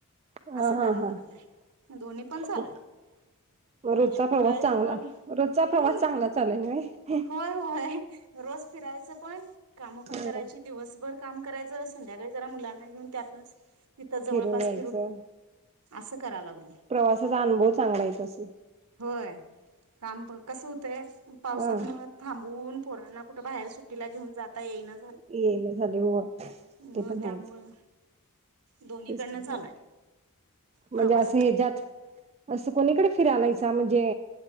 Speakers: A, on the right; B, on the right.
A: हा
B: असं करा
A: हा हा
B: लागलोय दोन्ही पण चालूये
A: मग मग
B: म्हणजे
A: रोजचा प्रवास
B: फिरायचं
A: चांगला
B: पण
A: रोजचा
B: हूं
A: प्रवास चांगला चालू नव्हे.
B: होय होय रोज फिरायचं पण काम पण
A: ह
B: करायची दिवसभर काम करायचं अस संध्याकाळी जरा मुलां आणि म्हणू त्यातनच तिथं जवळपास
A: फिरून यायचं
B: असं कराय लागलंय
A: प्रवासाचा अनुभव चांगला येत असण
B: होय काम पण कसं होतंय पावसात
A: हा
B: मुळं थांबून पोरांना कुठे बाहेर सुट्टीला घेऊन जात हा येई ना
A: येईना झाले हो
B: मग
A: ते पण
B: त्यामुळं
A: आहेच
B: दोन्हीकडनं
A: तेच
B: चालू
A: म्ह
B: आहे
A: म्हणजे
B: प्रवास
A: असं
B: पण
A: हेज्यात असं कोणीकडे फिरायलायसा म्हणजे